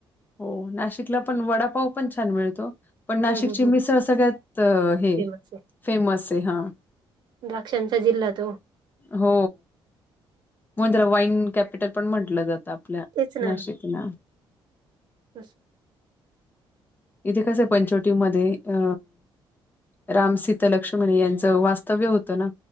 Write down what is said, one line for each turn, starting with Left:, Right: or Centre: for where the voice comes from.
Left: हो नाशिकला पण वडापाव पण छान मिळतो. पण नाशिकची
Right: हम्म हम्म हम्म.
Left: मिसळ सगळ्यात हे
Right: फेमस आहे
Left: फेमस आहे हा.
Right: द्राक्षांचा जिल्हा तो.
Left: हो म्हणून तर वाईन कॅप पिटल पण म्हटलं जात आपल्या
Right: तेच ना
Left: नाशिक ना.
Right: असं.
Left: इथे कसं पंचवटी मध्ये अ राम, सिता, लक्ष्मण यांचं वास्तव्य होतं ना.